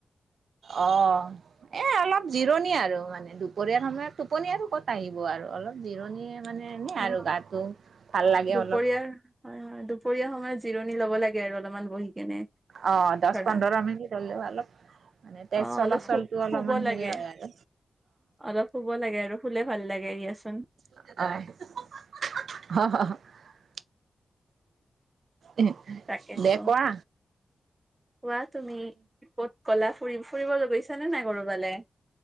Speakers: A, on the right (about 75°); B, on the right (about 15°).
A: অ' এ অলপ জিৰণি আৰু মানে দুপৰীয়াৰ সময়ত টোপনি আৰু ক'ত আহিব আৰু। অলপ জিৰণি মানে এনেই
B: অ'
A: আৰু গাটো ভাল লাগে
B: দুপৰীয়াৰ
A: অলপ
B: হয় হয় দুপৰীয়া সময়ত জিৰণি লব লাগে। আৰু অলপমান বহি কেনে,
A: অ দহ
B: ধৰা।
A: পোন্ধৰ মিনিট হ'লেও অলপ মানে তেজ
B: অ'
A: চলাচলটো
B: অলপ শু
A: অলপমান
B: শুব
A: হেৰি
B: লাগে।
A: হয় আৰু
B: অলপ শুব লাগে আৰু শুলে ভাল লাগে দিয়া চোন।
A: অ' এ
B: তাকেতো
A: লে কোৱা।
B: কোৱা তুমি কত গলা ফুৰি, ফুৰিব গৈছা নে নাই কৰবালে?